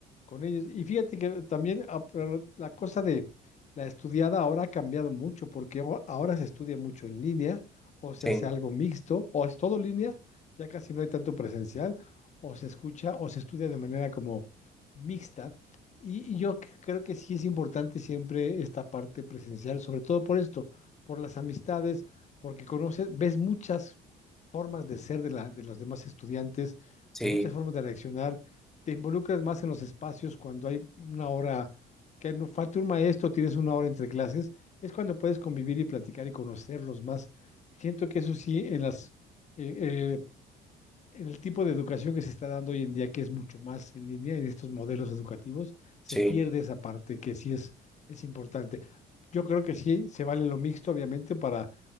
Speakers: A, on the left (about 45°); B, in the centre.
A: con ellos. Y fíjate que también ah, pero la cosa de la estudiada ahora ha cambiado mucho porque ahora ahora se estudia mucho en línea o se
B: Sí,
A: hace algo mixto o es todo línea, ya casi no hay tanto presencial o se escucha o se estudia de manera como mixta. Y, y yo c- creo que sí es importante siempre esta parte presencial, sobre todo por esto, por las amistades, porque conoces, ves muchas formas de ser de, la, de los demás estudiantes,
B: sí,
A: muchas formas de reaccionar, te involucras más en los espacios cuando hay una hora, que no falta un maestro, tienes una hora entre clases, es cuando puedes convivir y platicar y conocerlos más. Siento que eso sí, en las eh, eh, el tipo de educación que se está dando hoy en día, que es mucho más en línea y de estos modelos educativos, se
B: sí,
A: pierde esa parte que sí es, es importante. Yo creo que sí, se vale lo mixto, obviamente, para